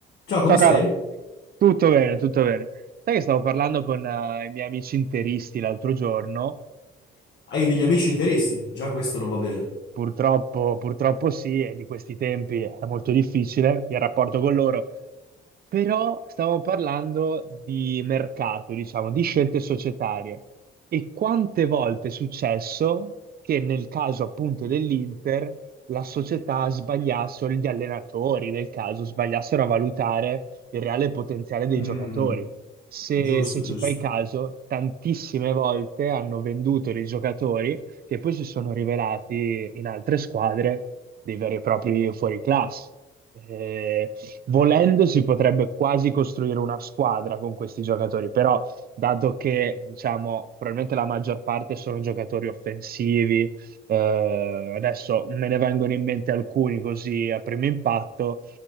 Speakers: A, on the left; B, on the right.
A: Ciao, come
B: Ciao
A: stai?
B: caro, tutto bene, tutto bene. Sai che stavo parlando con eh, i miei amici interisti l'altro giorno
A: Hai degli amici interisti? Già questo non va bene.
B: Purtroppo, purtroppo sì, e di questi tempi è molto difficile il rapporto con loro. Però stavamo parlando di mercato, diciamo, di scelte societarie. E quante volte è successo che nel caso appunto dell'Inter la società sbagliasse, o gli allenatori del caso sbagliassero a valutare il reale potenziale dei
A: Mm,
B: giocatori. Se,
A: giusto,
B: se
A: giusto.
B: ci fai caso, tantissime volte hanno venduto dei giocatori che poi si sono rivelati in altre squadre dei veri e propri fuoriclasse. Eh, volendo si potrebbe quasi costruire una squadra con questi giocatori, però dato che diciamo probabilmente la maggior parte sono giocatori offensivi, eh, adesso me ne vengono in mente alcuni così a primo impatto,